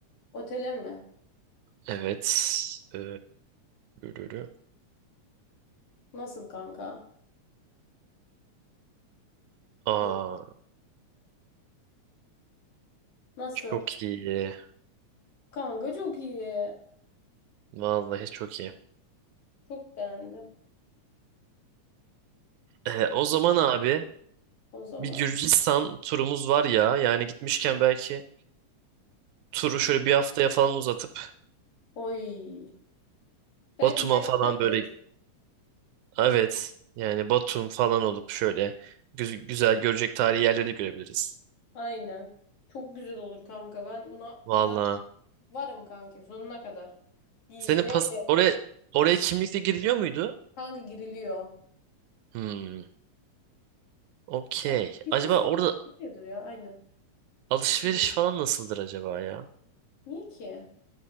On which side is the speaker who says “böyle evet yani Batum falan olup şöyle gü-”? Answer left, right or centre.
Right